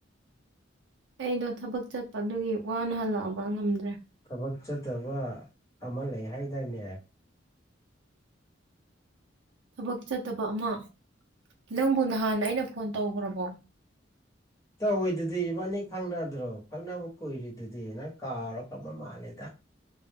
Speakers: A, on the right; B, on the left.
A: ꯑꯩꯗꯣ ꯊꯕꯛ ꯆꯠꯄꯗꯨꯒꯤ ꯋꯥꯅ ꯍꯜꯂꯛꯑꯕ ꯉꯝꯗ꯭ꯔꯦ
B: ꯊꯕꯛ ꯆꯠꯇꯕ ꯑꯃ ꯂꯩ ꯍꯥꯏꯗꯥꯢꯅꯦ
A: ꯊꯕꯛ ꯆꯠꯇꯕ ꯑꯃ ꯅꯪꯕꯨ ꯅꯍꯥꯟ ꯑꯩꯅ ꯐꯣꯟ ꯇꯧꯒ꯭ꯔꯕꯣ
B: ꯇꯧꯋꯤꯗꯨꯗꯤ ꯏꯕꯥꯅꯤ ꯈꯪꯅꯗ꯭ꯔꯣ ꯈꯪꯅꯕ ꯀꯨꯏꯔꯤꯗꯨꯗꯤ ꯅꯪ ꯀꯥꯎꯕꯕ ꯃꯥꯜꯂꯦꯗ